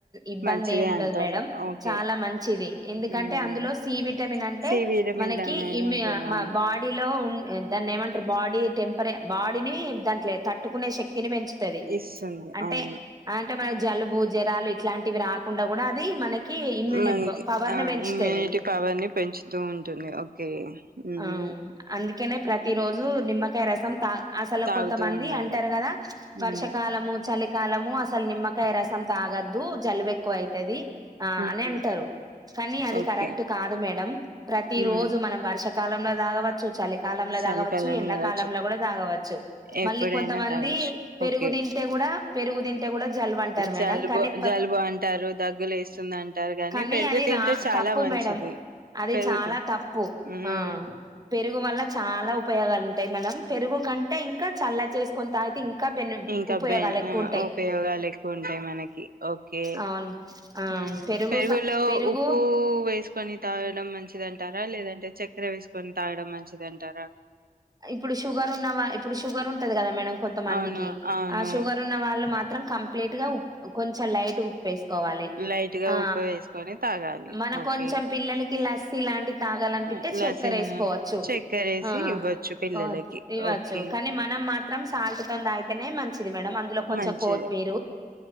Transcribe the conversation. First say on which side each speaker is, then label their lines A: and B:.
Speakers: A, on the right; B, on the right.
A: ఇబ్బంది
B: మంచిదే
A: ఏం ఉండదు
B: అంటారు
A: మేడం
B: ఓకే
A: చాలా మంచిది ఎందుకంటే
B: ఉమ్
A: అందులో సి విటమిన్ అంటే
B: సి విటమిన్
A: మనకి
B: అనేది
A: ఇమ్యూని
B: ఉంటుంది అవును
A: బాడీలో దాన్ని ఏంటారు బాడీ టెంపరే బాడీని దాంట్లే తట్టుకునే శక్తి క్తితని పెంచుతది
B: ఇస్తుంది
A: అంటే
B: అవును
A: అంటే మన జలుబు జరాలు ఇట్లాంటివి రాకుండా కూడా అది మనకి ఇమ్యూని
B: మనకి
A: పవర్
B: ఆ
A: ను పెంచుతుంది
B: ఇమ్యూనిటీ పవర్ ని పెంచుతూ ఉంటుంది ఓకే ఉమ్
A: ఆ అందుకనే ప్రతి రోజు నిమ్మకాయ రసం త అసలు
B: తాగుతూ
A: కొంతమంది
B: ఉండాలి
A: అంటారు కదా వర్షాకాలము
B: ఉమ్
A: చలి కాలము అసలు నిమ్మకాయ రసం తాగద్దు జలుబు ఎక్కువ అయితది ఆ
B: ఉమ్
A: అని అంటారు కానీ అది
B: ఓకే
A: కరెక్ట్ కాదు మేడం ప్రతి
B: ఉమ్
A: రోజు మనం వర్ష కాలంలో దాగా వచ్చు చలి కాలంలో
B: చలికాలంలో
A: తాగవచ్చు ఎండాకాలంలో
B: తాగొచ్చు
A: కూడా తాగవచ్చు
B: ఎప్పుడైనా
A: మళ్ళీ కొంతమంది
B: తాగొచ్చు
A: పెరుగు
B: ఓకే
A: తింటే కూడా న్న పెరుగుతిన్న కూడా జలువంటారు మేడం
B: జలుబు
A: కానీ
B: జలుబు అంటారు దగ్గులు వేస్తుంది అంటారు
A: కానీ
B: పెరుగు
A: అది
B: తింటే
A: రా
B: చాలా
A: తప్పు
B: మంచిది
A: మేడం అది
B: పెరుగుతి
A: చాలా తప్పు
B: ఉమ్
A: ఆ పెరుగు వల్ల చాలాఉప ఉపయోగాలు ఉంటాయి మనం పెరుగు కంటే ఇంకా ఇంకా చల్లగ చేసుకోని తాగుతే ఇంకా బెన్
B: ఇంకా
A: ఉపయోగాలు
B: ఉప
A: ఎక్కువ ఉంటాయి
B: ఉపయోగాలు ఎక్కువ ఉంటాయి మనకి ఓకే
A: అవును ఆ
B: హు
A: పెరుగు
B: పెరుగులో
A: స పెరుగు
B: ఉప్పు వేసుకొని తాగడం మంచి మంచిదంటారా లేదంటే చక్కెర వేసుకొని తాగడం మంచిదంటారా
A: ఇప్పుడు షుగర్ ఉన్నావా ఇప్పుడు షుగర్ ఉంటది కదా మేడం కొంతమందికి
B: అవును. అవును.
A: ఆ షుగర్ ఉన్న వాళ్ళు మాత్రం కంప్లీట్ గా ఉ కొంచెం కొంచెం లైట్గా ఉప్పు వేసుకోవాలి
B: లైట్‌గా
A: ఆ
B: ఉప్పు వేసుకొని తాగాలి.
A: మన
B: ఓకే.
A: కొంచెం పిల్లలకి లస్సి లాంటివి తాగాలని
B: ఆ!
A: పిత్తే చక్కర
B: లస్సీ
A: వేసుకోవచ్చు
B: చక్కెరేసి
A: ఆ
B: ఇవ్వచ్చు పిల్లలకి.
A: ఓ ఇవ్వచ్చు
B: ఓకే.
A: కానీ మనం మాత్రం సాల్ట్ తొనే తాగుతనే మంచి ది మేడం అందులో కొంచెం
B: మంచిది.
A: కోత్ మీరు